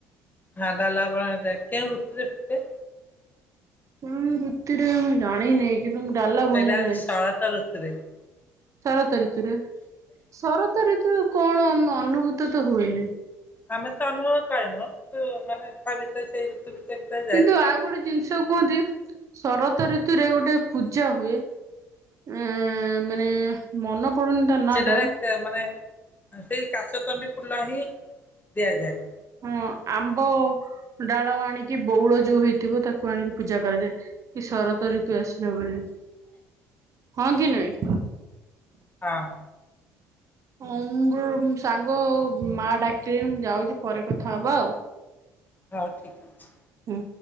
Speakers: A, on the left; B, on the right.
A: ହଁ ଡାଲା ବଣାଯାଏ କେଉଁ ଋତୁରେ ପୁଟେ?
B: କେଉଁ ଋତୁରେ ମୁଁ ଜାଣିନାହିଁ କିନ୍ତୁ ମୁଁ ଡାଲା
A: ସେଇଟା
B: ବଣେଇ
A: ହଉଛି
B: ଜାଣିଛି।
A: <unintelligible>
B: ଶରତ ଋତୁରେ। ଶରତ ଋତୁ କଣ ଅନୁଭୂତ ତ ହୁଏନି?
A: ଆମେ ତ ଅନୁଭବ ପାଇନୁ କିନ୍ତୁ ମାନେ ତା ଭିତରେ ସେଇ ଋତୁ ଭିତରେ ଭିତରେ ଯାଏ।
B: କିନ୍ତୁ ଆଉ ଗୋଟେ ଜିନିଷ କୁହନ୍ତି ଶରତ ଋତୁରେ ଗୋଟେ ପୂଜା ହୁଏ। ଉ ମାନେ ମନେ ପଡୁନି ତା ନାଁ
A: ସେଟାରେ
B: ଟା
A: ମାନେ ସେଇ କାଶ ତଣ୍ଡି ଫୁଲ ହିଁ ଦିଆଯାଏ।
B: ହଁ ଆମ୍ବ ଡାଳ ଆଣିକି ବଉଳ ଯୋଉ ହେଇଥିବ ତାକୁ ଆଣିକି ପୂଜା କରାଯାଏ। କି ଶରତ ଋତୁ ଆସିଲ ବୋଲି ହଁ କି ନାଇ?
A: ହଁ।
B: ହଁ ବୃ ସାଙ୍ଗ ମାଆ ଡାକିଲେଣି ମୁଁ ଯାଉଛି ପରେ କଥା ହବା ଆଉ।
A: ହଉ ଠିକ ଅଛି।
B: ହୁଁ।